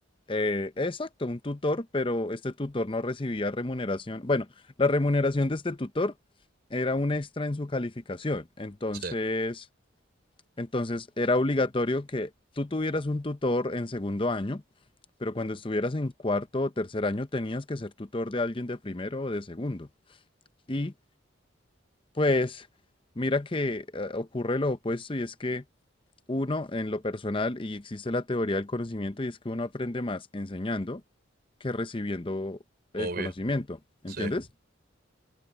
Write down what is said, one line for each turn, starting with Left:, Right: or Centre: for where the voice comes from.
Left: eh, exacto, un tutor, pero este tutor no recibía remuneración. Bueno, la remuneración de este tutor era un extra en su calificación, entonces,
Right: Sí,
Left: entonces era obligatorio que tú tuvieras un tutor en segundo año. Pero cuando estuvieras en cuarto o tercer año tenías que ser tutor de alguien de primero o de segundo. Y pues mira que eh, ocurre lo opuesto y es que uno en lo personal, y existe la teoría del conocimiento, y es que uno aprende más enseñando que recibiendo
Right: obvio,
Left: el conocimiento, ¿entiendes?
Right: sí.